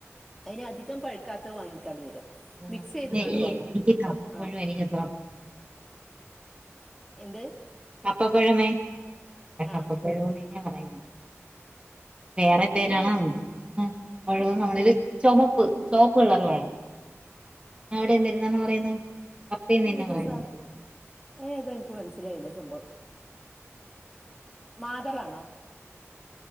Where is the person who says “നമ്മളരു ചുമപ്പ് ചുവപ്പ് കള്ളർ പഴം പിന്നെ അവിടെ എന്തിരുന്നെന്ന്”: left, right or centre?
Right